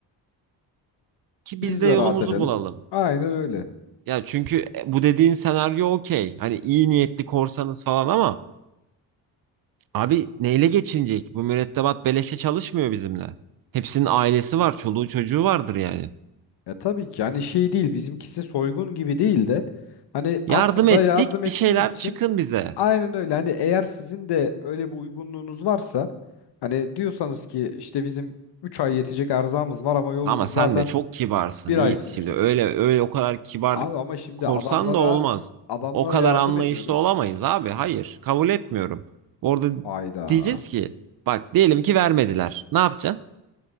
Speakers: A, on the right (about 55°); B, on the left (about 60°).
A: ki
B: Biz
A: biz de
B: de
A: yolumuzu
B: rahat edelim.
A: bulalım.
B: Aynen öyle.
A: Ya çünkü e, bu dediğin senaryo okey. Hani iyi niyetli korsanız falan ama abi neyle geçinecek? Bu mürettebat beleşe çalışmıyor bizimle. Hepsinin ailesi var, çoluğu çocuğu vardır yani.
B: Ya tabii ki hani şey değil bizimkisi soygun gibi değil de hani
A: Yardım
B: aslında
A: ettik,
B: yardım ettiğimiz
A: bir şeyler
B: için
A: çıkın bize.
B: aynen öyle hani eğer sizin de öyle bir uygunluğunuz varsa hani diyorsanız ki işte bizim 3 ay yetecek erzağımız var ama yolumuz
A: Ama sen
B: zaten
A: de çok kibarsın
B: bir
A: Yiğit.
B: ay sürecek.
A: Şimdi öyle öyle o kadar kibar
B: Abi ama şimdi
A: korsan
B: adamlara
A: da olmaz.
B: adamlara
A: O kadar
B: yardım
A: anlayışlı
B: ediyoruz.
A: olamayız abi. Hayır, kabul etmiyorum. Orada
B: Ayda.
A: diyeceğiz ki bak diyelim ki vermediler. Ne yapacaksın?